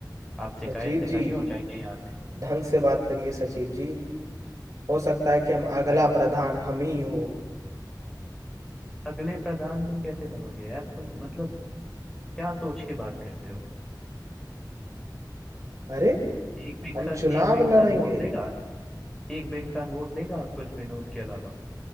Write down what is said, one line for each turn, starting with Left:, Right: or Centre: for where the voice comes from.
Centre: आप शिकायत
Right: सचिव
Centre: लिखाइए
Right: जी
Centre: और जाइए यहाँ से
Right: ढंग से बात करिए सचिव जी हो सकता है कि हम अगला
Centre: अरे
Right: प्रधान हम ही हो
Centre: अगले प्रधान तुम कैसे बनोगे यार तुम मतलब क्या सोच के बात करते हो
Right: अरे
Centre: एक भी इंसान
Right: हम चुनाव
Centre: एक भी इंसान
Right: लड़ेंगे
Centre: वोट देगा एक भी इंसान वोट देगा आपको इस विनोद के अलावा